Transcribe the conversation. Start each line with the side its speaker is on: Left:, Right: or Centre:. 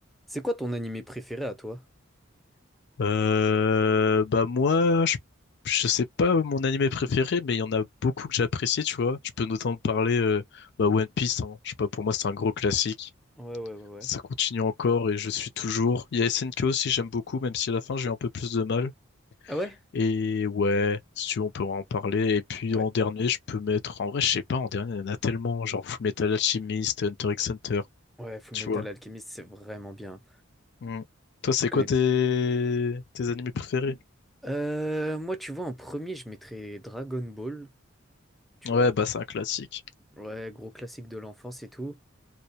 Centre: C'est quoi ton animé préféré à toi?
Left: Euh, bah moi, je, je sais pas mon animé préféré, mais il y en a beaucoup que j'apprécie, tu vois. Je peux notamment parler euh, bah One Piece, hein. Je sais pas, pour moi c'est un gros classique.
Centre: Ouais, ouais, ouais, ouais.
Left: Ça continue encore et je suis toujours. Il y a S N K aussi, j'aime beaucoup, même si à la fin j'ai eu un peu plus de mal.
Centre: Ah ouais?
Left: Et ouais, si tu veux, on peut en parler. Et puis
Centre: Ouais.
Left: en dernier, je peux mettre. En vrai, je sais pas, en dernier, il y en a tellement, genre Full Metal Alchemist, Hunter x Hunter,
Centre: Ouais, Full
Left: tu
Centre: Metal
Left: vois.
Centre: Alchemist, c'est vraiment bien.
Left: Mm. Toi, c'est
Centre: Je connais.
Left: quoi tes tes animés préférés?
Centre: Euh, moi, tu vois, en premier, je mettrais Dragon Ball. Tu
Left: Ouais,
Centre: vois.
Left: bah c'est un classique.
Centre: Ouais, gros classique de l'enfance et tout.